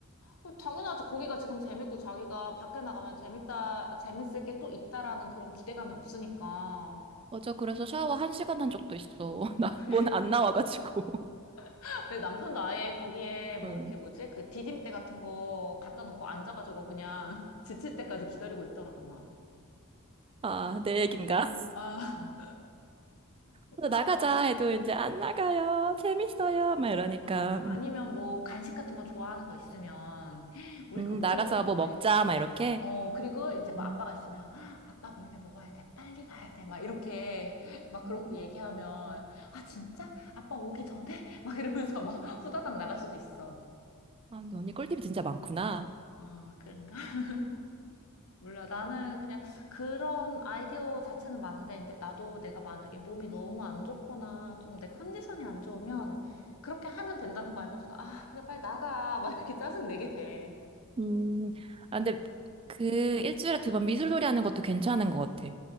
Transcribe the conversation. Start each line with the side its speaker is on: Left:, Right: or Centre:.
Left: 어, 당연하지. 거기가 지금 재밌고 자기가 밖에 나가면 재밌다, 재밌을 게 또 있다라는 그런 기대감이 없으니까.
Right: 맞아. 그래서 샤워 한 시간 한 적도 있어. <laughs> 나,
Left: 그래.
Right: 뭔 안 나와가지고.
Left: <laughs> 내 남편도 아예 거기에 뭐
Right: 음.
Left: 이렇게 뭐지? 그 디딤대 같은 거 갖다 놓고 앉아가지고 그냥 <laughs> 지칠 때까지 기다리고 있더라고, 막.
Right: 아, 내 얘긴가?
Left: 아, 그러니까.
Right: 그래서 나가자 해도 이제 안 나가요. 재밌어요. 막 이러니까.
Left: 아, 아니면
Right: 음,
Left: 뭐 간식 같은 거 좋아하는 거 있으면 <gasps> 우리
Right: 음,
Left: 그거 먹으러
Right: 나가서
Left: 가자고
Right: 뭐
Left: 빨리.
Right: 먹자. 막 이렇게.
Left: 어, 그리고 이제
Right: 음,
Left: 뭐 아빠가 있으면, "아, 아빠 몰래 먹어야 돼. 빨리 가야 돼. 막 이렇게 막 그런
Right: 음.
Left: 거 얘기하면, 아, 진짜? 아빠 오기 전에? 막 이러면서 막 <laughs> 후다닥 나갈 수도 있어.
Right: 아, 근데 언니 꿀팁이 진짜 많구나.
Left: 아, 그런가? <laughs> 몰라. 나는 그냥 그런 아이디어 자체는 많은데, 근데 나도 내가 만약에 몸이 너무 안 좋거나 좀 내 컨디션이 안 좋으면 그렇게 하면 된다는 거 알면서도, 아, 그냥 빨리 나가. 막 이렇게 짜증 내게 돼.
Right: 음,
Left: 어.
Right: 아, 근데 그 일주일에 두 번 미술놀이 하는 것도 괜찮은 것 같아.